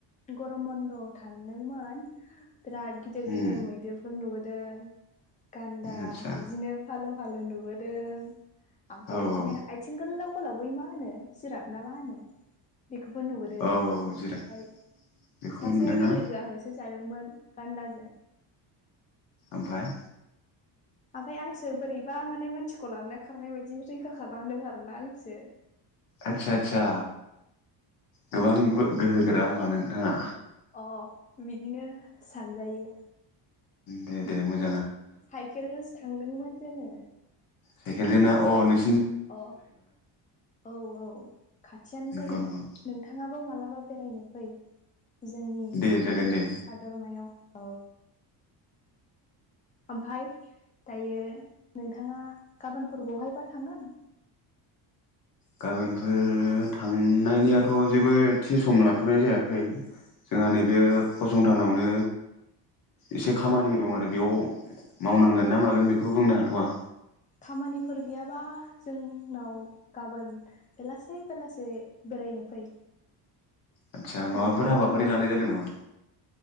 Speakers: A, on the left (about 20°); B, on the left (about 50°).
A: गरम बन्द थान्दोंमोन बिराद गिदिर
B: उम
A: गिदिर मैदेरफोर नुबो दों गान्दा
B: आदसा
A: बिदिनो फालो फालो नुबोदों ओमफ्राय
B: औ
A: बिदिनो
B: औ
A: आथिंगोल्लाव गोलाव बै मा होनो सिराप ना मा होनो बेख बो नुबोदों
B: औ
A: ओमफफ्राय
B: औ जिराय बेखौ
A: सासे
B: नुदोंना
A: आंनि लोगोआ होसो जादोंमोन गान्दाजो
B: ओमफ्राय
A: ओमफाय आंसो बोरैबा माने मानसिखौ लानानै खारनाय बायदि रैखा खालामदों आरोना आंसो
B: आतसा आतसा गोबां गोहोगोरा होमबा नोंथाङा
A: अ बिदिनो सानजायो
B: दे दे मोज
A: साइकेलजोंसो थांदोंमोन जोङो
B: साइकेलजोंना अह नोस
A: अ औ औ खाथियानो
B: नंगौ
A: जायो
B: नंगौ
A: नोंथाङाबो मालाबा बेरायनो फै जोंनि
B: दे जागोन
A: बे
B: दे
A: हादरमायाव औ ओमफाय दायो नोंथाङा गाबोनफोर बहायबा थांगोन?
B: गाबोनफोर थांनायनिआथ' जेबो थि सम लाथ'नाय जायाखै। जोंहा
A: अ
B: नैबे फसन थानावनो एसे खामानि
A: औ
B: दं आरो बेयाव
A: अ
B: मावनांगोन ना मागोन बेखौ खौ बुंनो हाथ'आ।
A: खामानिफोर गैयाबा जोंनाव गाबोन बेलासे बेलासे बेरायनो फै।
B: आदसा
A: मोनाबिलि
B: माबाफोर हाबाफारि
A: मोनाबिलि
B: लानाय जादों नामा?